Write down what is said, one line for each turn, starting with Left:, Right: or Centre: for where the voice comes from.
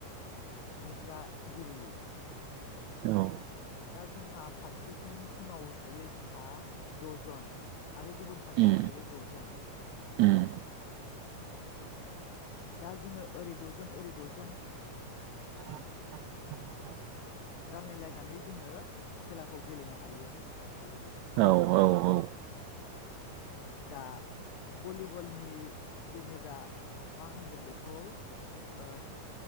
Left: सुबुंफ्रा गेलेयो
Right: औ।
Left: दा जोंहा फारसेथिं टिमाव थायो जोंहा दजन आरो गुबुन फारसेजों
Right: उम
Left: थायो दजन
Right: उम
Left: दा जोङो ओरै ड'जन ओरै ड'जन
Right: <inaudible>
Left: रानलायलायनानै जोङो खेलाखौ गेलेनो हायो आरो नोंथां भलिबलखौ।
Right: औ औ औ।
Left: दा भलिबलनि जेनेब्रा मा होनगोन बे खौ ओ